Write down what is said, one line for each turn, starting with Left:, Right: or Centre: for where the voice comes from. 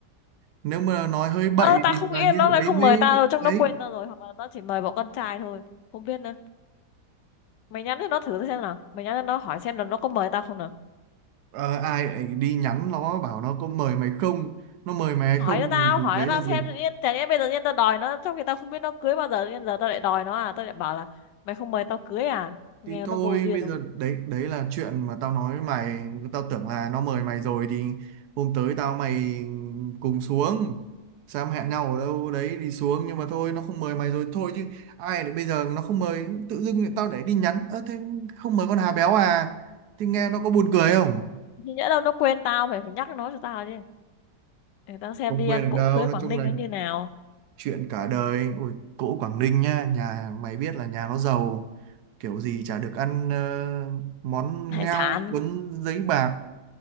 Right: nếu mà nói hơi bậy
Left: Ơ, tao
Right: thì
Left: không
Right: là
Left: nghĩ là
Right: như
Left: nó lại
Right: ấy
Left: không
Right: mới
Left: mời tao đâu, chắc nó
Right: ấy
Left: quên tao rồi. Hoặc là nó chỉ mời bọn con trai thôi. Không biết nữa. mày nhắn cho nó thử xem nào mày nhắn cho nó hỏi xem là nó có mời tao không nào
Right: Ờ, ai lại đi nhắn nó bảo nó có mời mày không nó mời mày
Left: hỏi
Right: hay không
Left: cho tao
Right: thì, thì
Left: hỏi
Right: đấy
Left: cho tao
Right: là việc
Left: xem tự nhiên chả nhẽ bây giờ tự nhiên tao đòi nó trong khi tao không biết nó cưới bao giờ tự nhiên giờ tao lại đòi nó à tao lại bảo là mày không mời tao cưới à nghe
Right: thì thôi
Left: nó vô duyên
Right: bây
Left: không
Right: giờ đấy đấy là chuyện mà tao nói với mày tao tưởng là nó mời mày rồi thì hôm tới tao mày cùng xuống Sam hẹn nhau ở đâu đấy đi xuống nhưng mà thôi nó không mời mày rồi thôi chứ ai lại bây giờ nó không mời tự dưng lại tao để đi nhắn ơ thế không mời con Hà Béo à thì nghe nó có buồn cười không
Left: thì nhỡ đâu nó quên tao phải phải nhắc nó cho tao chứ để tao xem
Right: không
Left: đi
Right: quên
Left: ăn
Right: được
Left: cỗ
Right: đâu
Left: cưới
Right: nói
Left: Quảng
Right: chung
Left: Ninh
Right: là
Left: nó như nào
Right: chuyện cả đời ui cỗ Quảng Ninh nhá nhà mày biết là nhà nó giàu kiểu gì chả được ăn ờ, món
Left: hải
Right: ngao
Left: sản
Right: cuốn giấy bạc